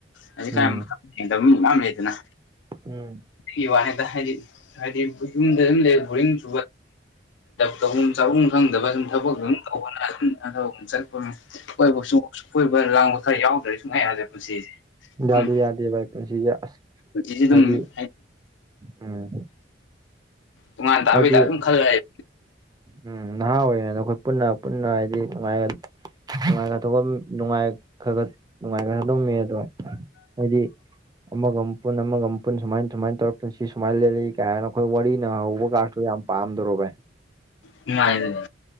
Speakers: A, on the left (about 80°); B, on the right (about 20°).
A: ꯍꯧꯖꯤꯛꯀꯥꯟ
B: ꯎꯝ
A: ꯃꯇꯝ ꯁꯦꯡꯗꯕ ꯃꯤ ꯌꯥꯝ ꯂꯩꯗꯅ
B: ꯎꯝ
A: ꯒꯤ ꯋꯥꯅꯤꯗ ꯍꯥꯏꯗꯤ ꯍꯥꯏꯗꯤ ꯌꯨꯝꯗ ꯑꯗꯨꯝ ꯂꯩ ꯕꯣꯔꯤꯡ ꯆꯨ ꯇꯧꯐꯝ ꯆꯥꯐꯝ ꯈꯪꯗꯕ ꯁꯨꯝ ꯊꯕꯛ ꯑꯗꯨ ꯇꯧꯕꯅ ꯆꯠꯄꯣꯏ ꯀꯣꯏꯕ ꯂꯥꯡꯕ ꯈꯔ ꯌꯥꯎꯗ꯭ꯔꯦ ꯁꯨꯡꯉꯥꯏꯔꯁꯦ ꯄꯨꯟꯁꯤꯁꯦ
B: ꯌꯥꯗꯦ
A: ꯑꯗꯨꯝ
B: ꯌꯥꯗꯦ ꯚꯥꯏ ꯄꯨꯟꯁꯤꯁꯦ ꯑꯁ
A: ꯄꯨꯟꯁꯤꯁꯦ ꯑꯗꯨꯝ
B: ꯍꯥꯏꯗꯤ ꯎꯝ
A: ꯇꯣꯉꯥꯟ ꯇꯥꯕꯩ
B: ꯍꯥꯏꯗꯤ
A: ꯇꯥꯏꯞ ꯑꯗꯨꯝ ꯈꯜꯂ ꯂꯩ
B: ꯎꯝ ꯅꯍꯥ ꯑꯣꯏꯔꯤꯉꯩꯗ ꯑꯩꯈꯣꯏ ꯄꯨꯟꯅ ꯄꯨꯟꯅ ꯍꯥꯏꯗꯤ ꯉꯥꯏꯒ ꯅꯨꯡꯉꯥꯏ ꯅꯨꯡꯉꯥꯏ ꯈ ꯅꯨꯡꯉꯥꯏ ꯈ ꯊꯗꯃꯤ ꯑꯗꯣ ꯍꯣꯏꯗꯤ ꯑꯃꯒ ꯑꯃꯨꯛ ꯄꯨꯟ ꯑꯃꯥꯒ ꯄꯨꯟ ꯁꯨꯃꯥꯏꯅ ꯁꯨꯃꯥꯏꯅ ꯇꯧꯔ ꯄꯨꯟꯁꯤ ꯁꯨꯃꯥꯏꯅ ꯂꯦꯜꯛꯂꯤ ꯀꯥꯏꯅ ꯑꯩꯈꯣꯏ ꯋꯥꯔꯤ ꯅꯅꯍꯧꯕ ꯀꯥꯁꯨ ꯌꯥꯝ ꯄꯥꯝꯗꯣꯔꯣ ꯚ
A: ꯅꯨꯡꯉꯥꯏꯕꯅꯤ